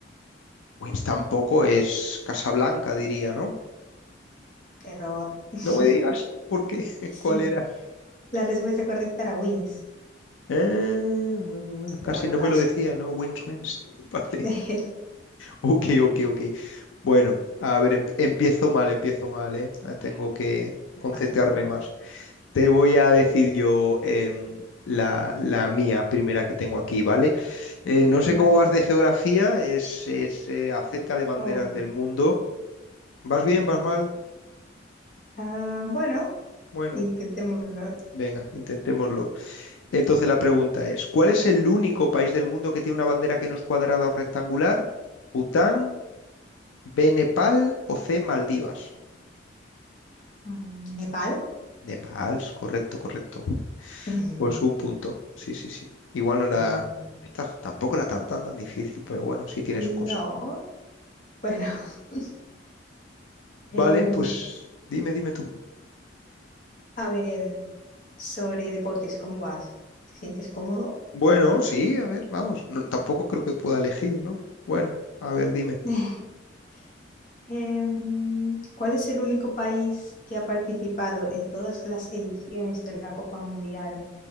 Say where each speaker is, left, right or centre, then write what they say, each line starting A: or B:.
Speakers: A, on the left; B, on the left.
A: Wins tampoco es Casablanca, diría, ¿no?
B: Error. <laughs>
A: No me digas por qué, <laughs> cuál
B: Sí,
A: era.
B: la respuesta correcta era Wings,
A: Eh, bueno, bueno, casi
B: pero bueno,
A: no
B: casi,
A: me lo decía,
B: ¿eh?
A: ¿no? Wins, wins. <laughs> Vale.
B: <laughs>
A: Ok, ok, ok. Bueno, a ver, em- empiezo mal, empiezo mal, ¿eh? Ah, Tengo que
B: No
A: concentrarme
B: pasa nada.
A: más. Te voy a decir yo em, la, la mía primera que tengo aquí, ¿vale? Eh, no sé
B: Vale.
A: cómo vas de geografía, es, es, eh, acerca de banderas
B: Oh,
A: del mundo. ¿Vas bien?
B: vaya.
A: ¿Vas mal?
B: Ah, bueno,
A: Bueno,
B: intentémoslo.
A: venga, intentémoslo. Entonces la pregunta es, ¿cuál es el único país del mundo que tiene una bandera que no es cuadrada o rectangular? ¿Bután, B, Nepal o C, Maldivas?
B: Mm, ¿Nepal?
A: Nepal, correcto, correcto.
B: <laughs>
A: Pues un punto. Sí, sí, sí. Igual no era...
B: Bien, bien.
A: Esta tampoco era tan, tan, tan difícil, pero bueno, sí tiene
B: No,
A: su cosa.
B: bueno. <laughs> Em,
A: Vale, pues dime, dime tú.
B: a ver, sobre deportes, ¿cómo vas? ¿Te sientes cómodo?
A: Bueno, sí, a ver, vamos. No, tampoco creo que pueda elegir, ¿no? Bueno, a ver, dime.
B: <laughs> Em, ¿cuál es el único país que ha participado en todas las ediciones de la Copa Mundial